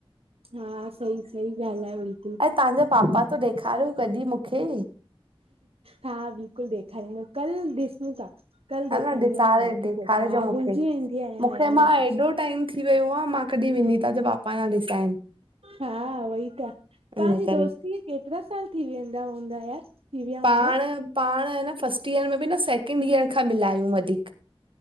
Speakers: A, on the right (about 80°); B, on the right (about 60°).
A: हा, सही -सही ॻाल्हि आ वरी।
B: अ तव्हांजा पापा त ॾेखारियो कॾीं मूंखे?
A: हा, बिल्कुलु ॾेखारिंदमि कल ॾिसूं ता। कल्ह
B: ह
A: ॾेखारींदमि
B: न ॾिसारे
A: तव्हांखे
B: ॾेखारिजो
A: फोटो, हा
B: मूंखे।
A: भुलिजी वेंदी आहियां,
B: मूंखे
A: यार
B: मां
A: हमेशा।
B: एॾो टाइम थी वियो आ मां कॾीं विनीता जा पापा न ॾिसाइन।
A: हा उहई त,
B: इन
A: पंहिंजी
B: करे।
A: दोस्ती केतिरा साल थी वेंदा हूंदा यार? थी विया
B: पाण
A: हूंदा
B: -पाण अ न फस्ट ईयर में बि न, सैकेंड ईयर खां मिलायूं वठी।